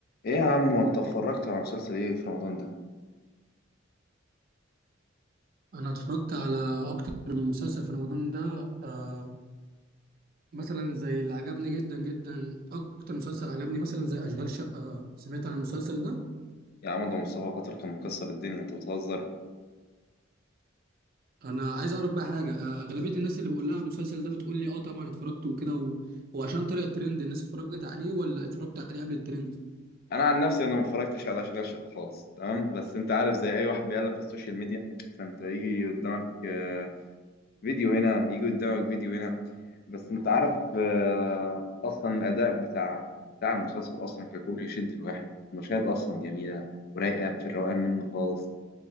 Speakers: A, on the left; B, on the right.
A: ايه يا عم وانت اتفرجت على مسلسل ايه في رمضان ده
B: انا اتفرجت على اكتر من مسلسل في رمضان ده آه مثلا زي اللي عجبني جدا جدا اكتر مسلسل عجبني مثلا زي اشغال شقة سمعت عن المسلسل ده
A: يا عم ده مصطفى خاطر كان مكسر الدنيا انت بتهزر
B: انا عايز اعرف بقى حاجة آه اغلبية الناس اللي بقول لها المسلسل ده بتقول لي اه طبعا اتفرجت وكده و... وعشان طلع ترند الناس اتفرجت عليه ولا اتفرجت عليه قبل الترند
A: انا عن نفسي انا ما اتفرجتش على اشغال شقه خالص تمام بس انت عارف زي اي واحد بيقلب في السوشيال ميديا فانت يجي قدامك آه، فيديو هنا يجي قدامك فيديو هنا بس انت عارف آه، اصلا الاداء بتاع بتاع المسلسل اصلا ككل يشد الواحد المشاهد اصلا جميله ورايقه في الروقان منه خالص